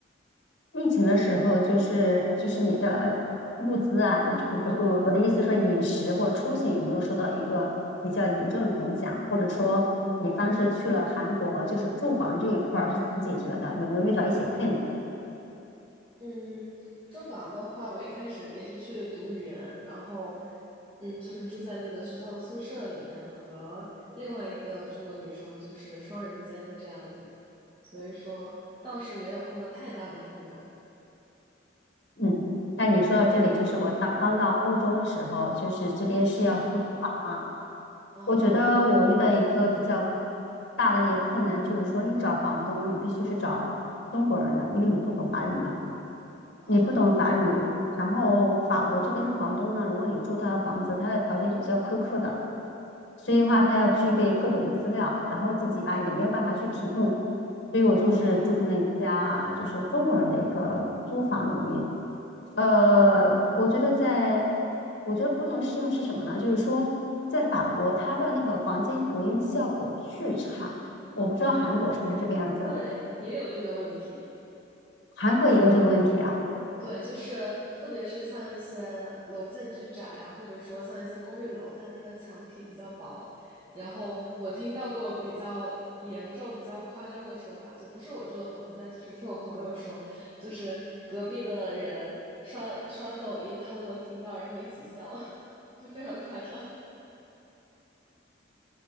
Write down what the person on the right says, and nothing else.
嗯。
嗯，住房的话，我一开始也是去读语言，然后，嗯，就是住在那个学校的宿舍里面，和另外一个中国女生就是双人间这样子，所以说倒是没有碰到太大的困难。
嗯，哦，
哦，
哦，
嗯，
对，也有这个问题。
对，就是特别是像一些楼间距窄啊，或者说像一些公寓楼，它那个墙皮比较薄。然后我听到过比较严重、比较夸张的说法，就不是我住的房子，但就是听我朋友说，就是隔壁的人刷刷抖音，他都能听到，然后一起笑，<laughs> 就非常夸张。